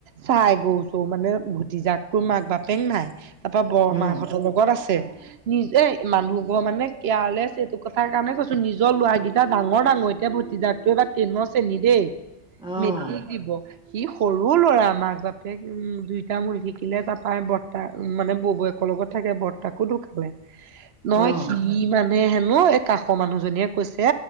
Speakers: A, on the right (about 65°); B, in the centre.
A: চাই গও-চও মানে, ভতিজাক তো, মাক-বাপেক নাই। তাৰপৰা, বৰ মাক
B: অঁ
A: হতৰ লগত আছে। নিজে, মানুহ ঘৰ মানে কেয়াৰলেছ এইটো কথা কাৰণে কৈছো, নিজৰ লৰাকেইটা ডাঙৰ, ডাঙৰ এ এতিয়া ভতিজাক টো এবাৰ ট্ৰেইনৰ শ্ৰেণী দেই,
B: অঁ
A: মেট্ৰিক দিব। সি, সৰু ল'ৰা মাক-বাপেক উম, দুইটা মৰি থাকিলে, তাপা বৰ্তা, মানে ববৈ লগত থাকে, বৰ্তাকো ঢুকালে, নহয়
B: অঁ
A: সি ইমান নে, হেনো এই কাষৰ মানুহজনীয়ে কৈছে,